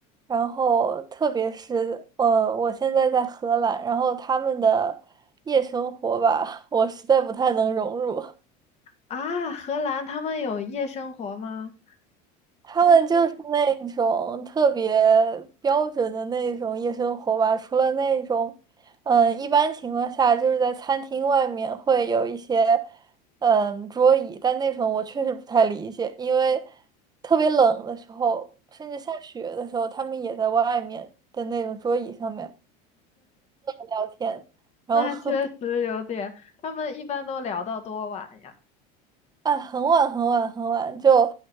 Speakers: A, on the right; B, on the left.
A: 然后特别是呃，我现在在荷兰，然后他们的夜生活吧，<laughs> 我实在不太能融入。
B: 啊，荷兰他们有夜生活吗？
A: 他们就是那种特别
B: 就是
A: 标准的那种夜生活吧，除了那种，嗯，一般情况下就是在餐厅外面会有一些，嗯，桌椅，但那种我确实不太理解，因为特别冷的时候，甚至下雪的时候，他们也在外面的那种桌椅上面聊天。
B: <laughs>
A: 然后喝。
B: 那确实有点，他们一般都聊到多晚呀。
A: 啊，很晚很晚很晚，就，